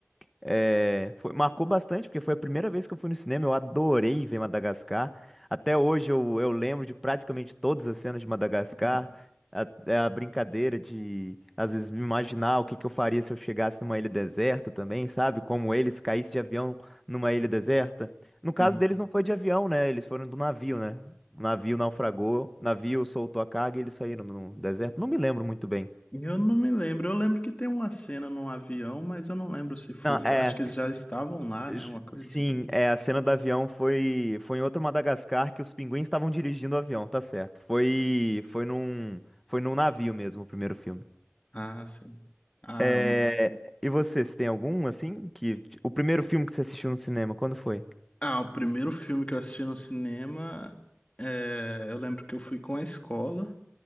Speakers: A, in the centre; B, on the left.
A: É, foi- marcou bastante, porque foi a primeira vez que eu fui no cinema. Eu adorei ver Madagascar. Até hoje eu, eu lembro de praticamente todas as cenas de Madagascar.
B: Uhum.
A: A, é a brincadeira de, às vezes, me imaginar o que, que eu faria se eu chegasse numa ilha deserta também, sabe? Como eles caíssem de avião numa ilha deserta. No caso
B: Sim.
A: deles, não foi de avião, né? Eles foram do navio, né? O navio naufragou, o navio soltou a carga e eles saíram no deserto. Não me lembro muito bem.
B: Eu não me lembro, eu lembro que tem uma cena num avião, mas eu não lembro se foi.
A: Não, é.
B: Eu acho que eles já estavam lá,
A: J-
B: né? Uma coisa
A: Sim,
B: assim.
A: é, a cena do avião foi, foi em outro Madagascar que os pinguins estavam dirigindo o avião, tá certo. Foi, foi num, foi num navio mesmo, o primeiro filme.
B: Ah, sim. Ah,
A: É, e você, se tem algum, assim, que... O primeiro filme que você assistiu no cinema, quando foi?
B: Ah, o primeiro filme que eu assisti no cinema, é, eu lembro que eu fui com a escola.